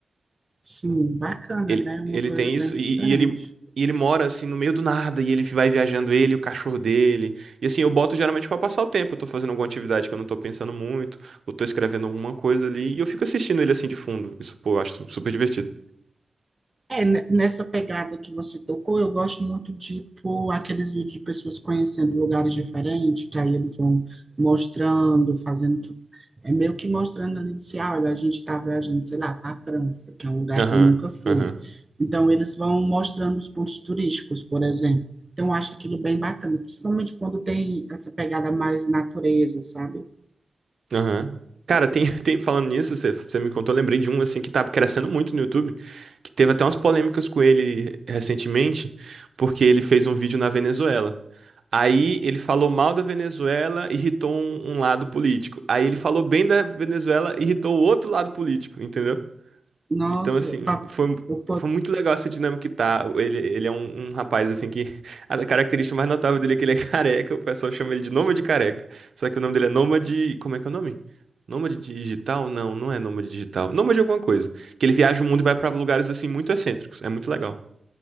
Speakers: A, on the right; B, on the right.
A: Sim, bacana,
B: Ele,
A: né? Uma
B: ele
A: coisa
B: tem
A: bem
B: isso
A: diferente.
B: e, e ele e ele mora assim no meio do nada e ele vai viajando ele, e o cachorro dele. E assim, eu boto geralmente pra passar o tempo, eu tô fazendo alguma atividade que eu não tô pensando muito, ou tô escrevendo alguma coisa ali e eu fico assistindo ele assim de fundo. Isso, pô, eu acho su- super divertido.
A: É, n- nessa pegada que você tocou, eu gosto muito de pôr aqueles vídeos de pessoas conhecendo lugares diferentes, que aí eles vão mostrando, fazendo. tu- É meio que mostrando ali, disse, ah, olha, a gente está viajando, sei lá, para a França, que é um lugar
B: Aham,
A: que eu nunca fui.
B: aham,
A: Então, eles vão mostrando os pontos turísticos, por exemplo. Então, eu acho aquilo bem bacana, principalmente quando tem essa pegada mais natureza, sabe?
B: aham. Cara, tem, <laughs> tem falando nisso, você, você me contou, eu lembrei de um assim que tá crescendo muito no YouTube, que teve até umas polêmicas com ele recentemente, porque ele fez um vídeo na Venezuela. Aí ele falou mal da Venezuela, irritou um, um lado político. Aí ele falou bem da Venezuela, irritou o outro lado político, entendeu?
A: Nossa,
B: Então, assim,
A: eu tava-
B: foi,
A: eu
B: foi muito legal essa dinâmica que tá. Ele, ele é um, um rapaz, assim, que <laughs> a característica mais notável dele é que ele é <laughs> careca. O pessoal chama ele de Nômade Careca. Só que o nome dele é Nômade. Como é que é o nome? Nômade digital? Não, não é nômade digital. Nômade de alguma coisa. Que ele viaja o mundo e vai pra lugares, assim, muito excêntricos. É muito legal.